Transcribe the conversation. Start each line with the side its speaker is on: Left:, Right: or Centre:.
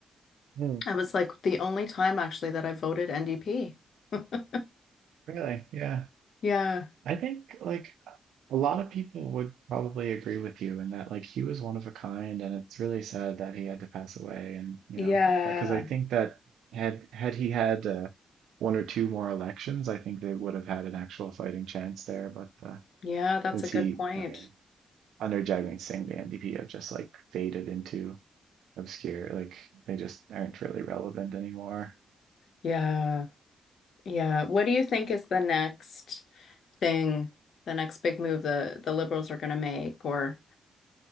Right: mm.
Left: I was like the only time actually that I voted NDP. <laughs>
Right: Really? Yeah.
Left: Yeah.
Right: I think like a lot of people would probably agree with you in that like he was one of a kind and it's really sad that he had to pass away and you
Left: Yeah.
Right: know because I think that had had he had uh, one or two more elections I think they would have had an actual fighting chance there but uh,
Left: Yeah, that's
Right: since
Left: a good
Right: he
Left: point.
Right: I mean under Jagmeet Singh the NDP have just like faded into obscure like they just aren't really relevant anymore
Left: Yeah. Yeah. What do you think is the next thing, the next big move the the liberals are going to make or